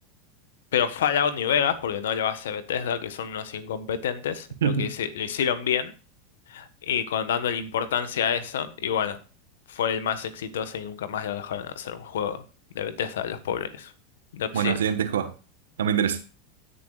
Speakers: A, on the left (about 80°); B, on the right (about 80°).
A: Pero Fallout ni Vegas, porque no lo hace Bethesda, que son unos incompetentes,
B: <laughs>
A: lo que hice- lo hicieron bien. y con dándole importancia a eso, y bueno, fue el más exitoso y nunca más lo dejaron hacer un juego de Bethesda de los pobres, de Obsidian.
B: Bueno, siguiente juego, no me interesa.